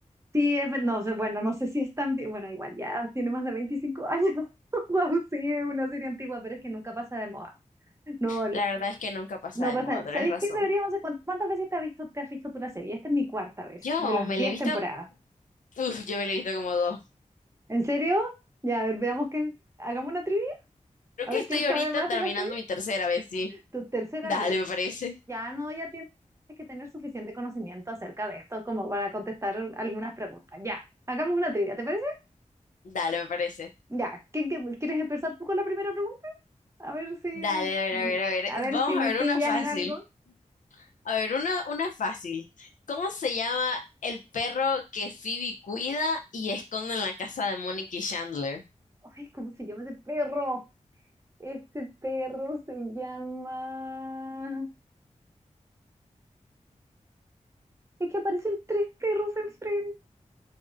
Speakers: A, on the right (about 20°); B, on the left (about 85°).
A: Sí, es, ver- no sé, bueno, no sé si es tan, vie- bueno, igual ya tiene más de 25 años. <laughs> Wow, sí, es una serie antigua, pero es que nunca pasa de moda. No, l-
B: La verdad es que nunca pasa
A: no
B: de
A: pasa.
B: moda, tenés
A: ¿Sabéis
B: razón.
A: qué deberíamos hacer? ¿Cuán- ¿Cuántas veces te has visto, te has visto tú la serie? Esta es mi cuarta vez,
B: Yo
A: de las
B: me
A: 10
B: la he visto,
A: temporadas.
B: uf, yo me la he visto como dos.
A: ¿En serio? Ya, a ver, veamos quién. Hagamos una trivia,
B: Creo
A: a
B: que
A: ver
B: estoy
A: quién
B: ahorita
A: sabe más
B: terminando
A: de la serie.
B: mi tercera vez, sí.
A: Tu tercera
B: Dale,
A: vez. Ya,
B: me parece.
A: ya no, ya tienes que tener suficiente conocimiento acerca de esto como para contestar algunas preguntas. Ya, hagamos una trivia, ¿te parece?
B: Dale, me parece.
A: Ya, ¿quién, qué- quieres empezar tú con la primera pregunta? A ver si,
B: Dale, a ver, a ver, a
A: a
B: ver.
A: ver
B: Vamos
A: si me
B: a ver
A: pillas
B: una fácil.
A: en algo.
B: A ver, una, una fácil. ¿Cómo se llama el perro que Phoebe cuida y esconde en la casa de Mónica y Chandler?
A: Ay, ¿cómo se llama ese perro? Ese perro se llama... Es que aparecen tres perros enfrente.